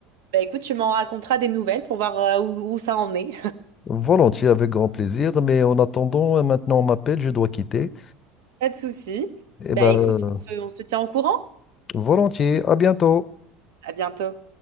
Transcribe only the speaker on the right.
Bah écoute, tu m'en raconteras des nouvelles pour voir euh, où, où ça en est.
<laughs> Pas de souci.
Bah
écoute,
on se, on se tient au courant.
À bientôt.